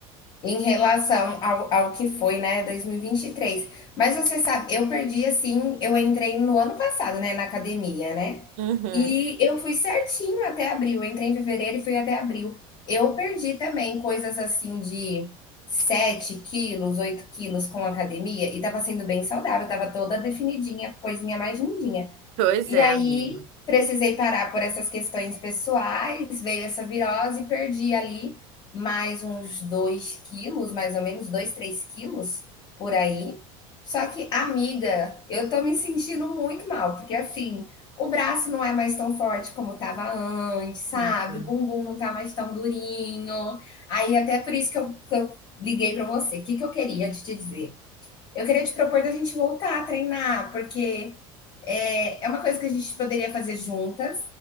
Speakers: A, on the left; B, on the right.
A: em relação ao, ao que foi, né, dois mil e e vinte e três Mas você sabe, eu perdi assim, eu entrei no ano passado, né, na academia, né?
B: Uhum.
A: E eu fui certinho até abril. Eu entrei em fevereiro e fui até abril. Eu perdi também coisas assim de 7 quilos, 8 quilos com academia e tava sendo bem saudável, tava toda definidinha, coisinha mais lindinha.
B: Pois
A: E
B: é,
A: aí
B: amiga.
A: precisei parar por essas questões pessoais, veio essa virose e perdi ali mais uns 2 quilos, mais ou menos 2, 3 quilos por aí. Só que, amiga, eu tô me sentindo muito mal, porque assim, o braço não é mais tão forte como tava antes, sabe?
B: Uhum.
A: O bumbum não tá mais tão durinho. Aí, até por isso que eu, que eu liguei pra você. O que, que eu queria te dizer? Eu queria te propor da gente voltar a treinar, porque é, é uma coisa que a gente poderia fazer juntas